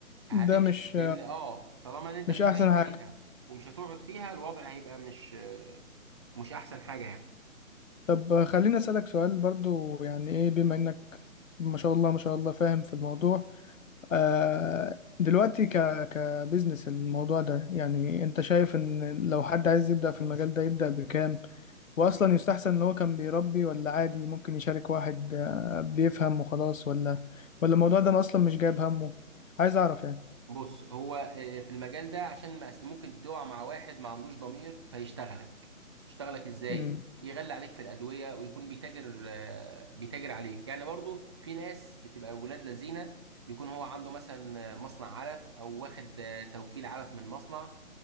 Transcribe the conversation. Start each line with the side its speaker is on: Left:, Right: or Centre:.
Right: هتفشل
Left: ده مش
Right: لان اه طالما ان انت
Left: مش
Right: مش
Left: احسن
Right: فاهم
Left: حاجة
Right: فيها ومش هتقعد فيها الوضع هيبقى مش مش احسن حاجه يعني
Left: طب خليني اسألك سؤال برضو يعني ايه بما انك ما شاء الله ما شاء الله فاهم في الموضوع آه دلوقتي ك كبزنس الموضوع ده يعني انت شايف ان لو حد عايز يبدأ في المجال ده يبدأ بكام واصلا يستحسن ان هو كان بيربي ولا عادي ممكن يشارك واحد آه، بيفهم وخلاص ولا ولا الموضوع ده اصلا مش جايب همه عايز اعرف يعني
Right: بص هو آه، في المجال ده عشان ما أست- ممكن تقع مع واحد ما عندوش ضمير فيشتغلك يشتغلك ازاي
Left: امم
Right: يغلي عليك في الادويه ويكون بيتاجر آه، بيتاجر عليك يعني برضو في ناس بتبقى ولاد لذينه يكون هو عنده مثلا آه، مصنع علف او واخد آه، توكيل علف من مصنع